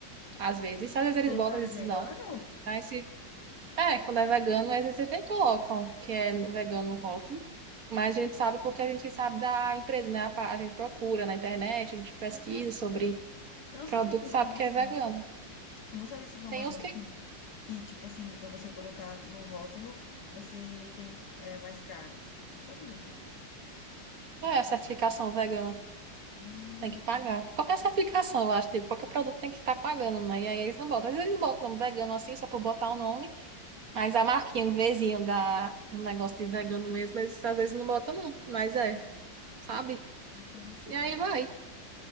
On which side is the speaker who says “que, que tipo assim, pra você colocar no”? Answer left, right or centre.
Left